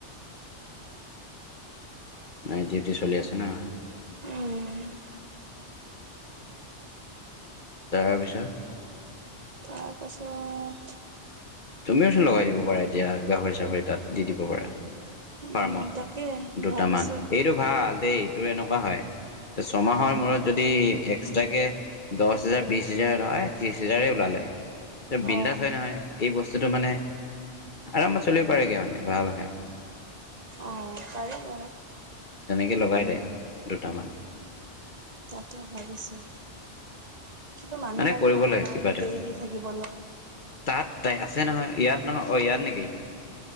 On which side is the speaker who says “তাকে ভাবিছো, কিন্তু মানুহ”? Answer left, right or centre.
Right